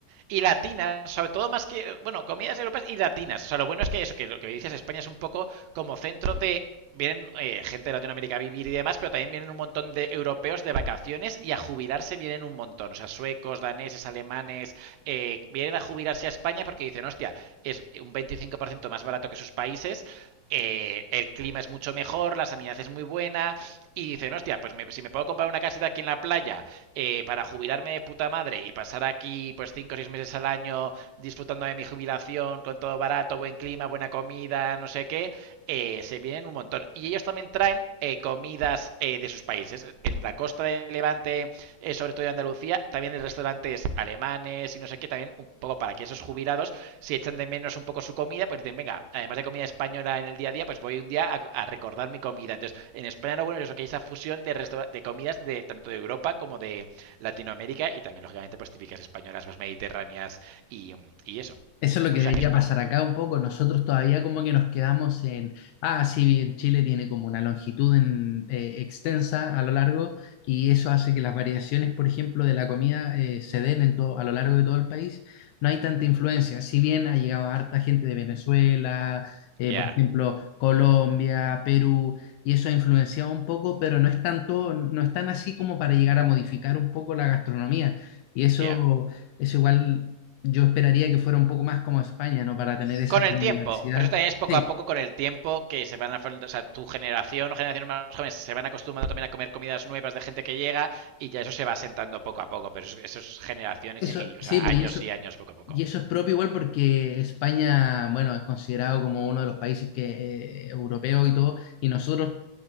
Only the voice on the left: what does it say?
Eso es lo que
debería
pasar
acá un poco. Nosotros todavía como que nos quedamos en, ah, sí, bien, Chile tiene como una longitud en- eh, extensa a lo largo y eso hace que las variaciones, por ejemplo, de la comida eh, se den en todo, a lo largo de todo el país. No hay tanta influencia, si bien ha llegado harta gente de Venezuela, eh,
por
ejemplo, Colombia, Perú, y eso ha influenciado un poco, pero no es tanto, no es tan así como para llegar a modificar un poco la gastronomía. Y eso...
Eso igual yo esperaría que fuera un poco más como España, ¿no? Para tener esa
como
diversidad.
Sí,
eso,
sí,
pues
y eso,
y eso es propio igual porque España, bueno, es considerado como uno de los países que, eh, europeos y todo, y nosotros